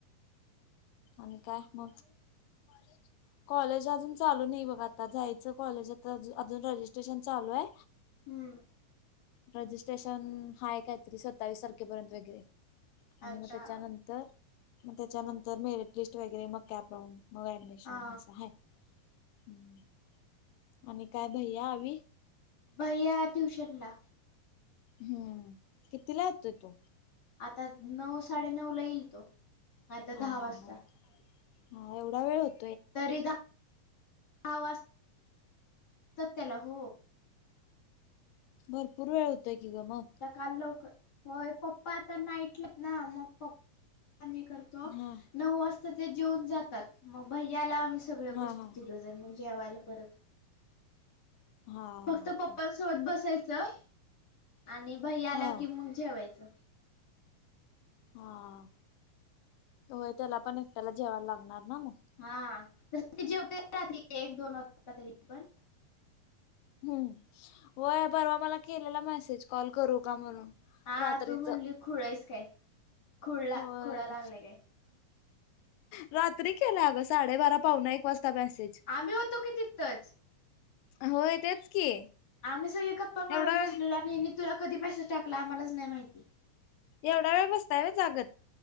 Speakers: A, on the left; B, on the left.
A: आणि काय मग? कॉलेज कॉलेज अजून चालू नीय बघ आता जायचं कॉलेज आता ज अजून रजिस्ट्रेशन चालू हाय.
B: हूं.
A: रजिस्ट्रेशन हाय कायतरी सत्तावीस तारखेपर्यंत वगैरे. आणि
B: अच्छा
A: मग त्याच्यानंतर, मग त्याच्यानंतर मेरिट लिस्ट वगैरे मग कॅप राऊंड मग एप्प निशवन
B: हा
A: असा हाय हूं आणि काय भैया अवी
B: भैय्या ट्युशनला.
A: हम्म किती ला येतोय तो?
B: आता नऊ, साडेनऊ ला येईल तो आता
A: हा
B: दहा वाजता
A: हा हा हा एवढा वेळ होत
B: तरी दहा दहा वाजतात त्याला हो.
A: भरपूर वेळ होतय की ग मग
B: आता काल लवकर होय पप्पा आता नाईटला येत ना मग पप्पा नी करतय तो
A: हा
B: नऊ वाजता ते जेऊन जातात म भैयाल्याव आम्ही सगळ
A: हा
B: बसतो
A: हा
B: ति जण मग जेवायला परत
A: हा
B: फक्त पप्पांसोबत
A: हा
B: बसायचं आणि भैया आल्या
A: हा
B: की मग जेवायचं.
A: हा होय त्याला पण एकट्याला जेवायला लागणार ना म.
B: हा तस त जेवते रात्री एक, दोन वाजता तरी पण
A: हम् व्हय परवा मला केलेला मेसेज, कॉल करू का म्हणून
B: हा
A: रात्रीच
B: तू म्हणली खुळयस काय खुळ
A: होय
B: खुळ लागलंय काय.
A: रात्री केलाय अगं साडेबारा, पाहुणा एक वाजता मॅसेज.
B: आम्ही होतो की तिथंच.
A: होय तेच की
B: आम्ही सगळे गप्पा मारत
A: एवढा
B: बसलेलो
A: वेळ
B: आणि हेनी तुला कधी मेसेज टाकला आम्हालाच नाही माहिती.
A: एवढा वेळ बसताय व्हय जागत